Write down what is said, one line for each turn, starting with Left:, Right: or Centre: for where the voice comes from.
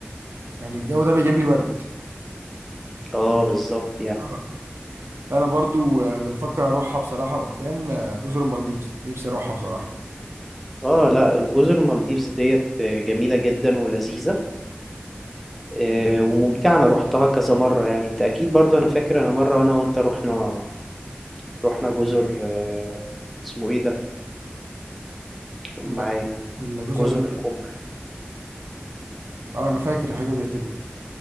Right: يعني الجو ده بيجيب لي برد
Centre: اه بالظبط يعني
Right: آه. انا برضو آه، اللي بفكر اروحها بصراحة قدام آه، جزر المالديفز نفسي اروحها بصراحة
Centre: اه لا جزر المالديفز ديت جميلة جدا ولذيذة آه، وممتعة انا روحتها كذا مرة يعني انت اكيد برضو انا فاكر انا مرة انا وانت رحنا رحنا جزر آه، اسمه ايه ده قول
Right: الم-
Centre: معايا
Right: الجزر
Centre: جزر
Right: ال-
Centre: القمر
Right: اه انا فاكر حاجة زي كده